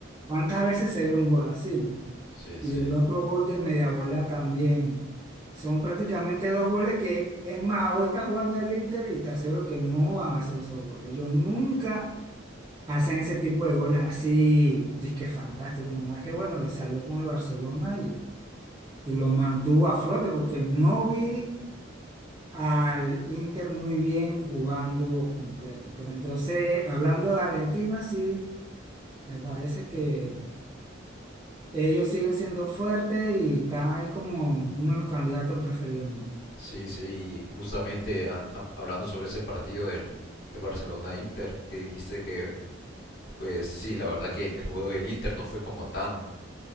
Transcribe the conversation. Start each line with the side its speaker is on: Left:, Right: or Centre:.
Right: cuántas veces se ve un gol así, ¿no?
Left: sí,
Right: Y
Left: sí.
Right: el otro gol de media volea también. Son prácticamente dos goles que, es más, hoy está jugando el Inter y te aseguro que no van a hacer esos goles. Yo nunca hacen ese tipo de goles así, disque fantásticos. Nomás que bueno, le salió con el Barcelona y, y lo mantuvo a flote porque no vi al Inter muy bien jugando completo. Pero entonces, hablando de Argentina, sí, me parece que ellos siguen siendo fuertes y están ahí como uno de los candidatos preferidos. míos.
Left: Sí, sí, y justamente a- a- hablando sobre ese partido del, de Barcelona-Inter, que dijiste que, pues sí, la verdad que el juego del Inter no fue como tan